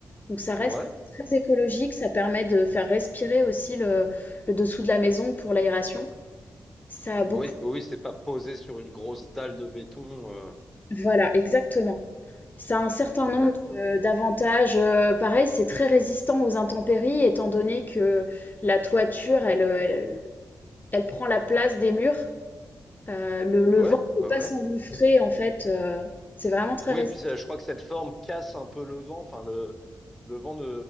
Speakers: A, on the left; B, in the centre.
A: Donc ça reste
B: Ouais.
A: très écologique, ça permet de faire respirer aussi le, le dessous de la maison pour l'aération. Ça a beaucoup.
B: Oui, oui, oui, c'est pas posé sur une grosse dalle de béton. euh,
A: Voilà, exactement. Ça a un certain
B: D'accord.
A: nombre de- d'avantages. Euh, pareil, c'est très résistant aux intempéries, étant donné que la toiture, elle, euh, elle, elle prend la place des murs. Euh, le, le
B: Ouais,
A: vent ne
B: ouais,
A: peut pas
B: ouais.
A: s'engouffrer, en fait. euh, c'est vraiment très
B: Oui,
A: résistant.
B: puis ça, je crois que cette forme casse un peu le vent. Enfin, le, le vent ne,